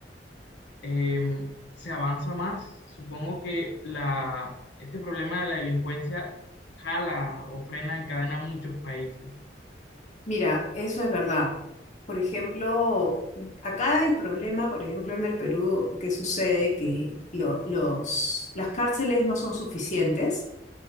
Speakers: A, on the left (about 85°); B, on the left (about 45°).
A: em, se avanza más. Supongo que la, este problema de la delincuencia jala o frena en cadena muchos países.
B: Mira, eso es verdad. Por ejemplo, acá el problema, por ejemplo, en el Perú, que sucede que lo- los, las cárceles no son suficientes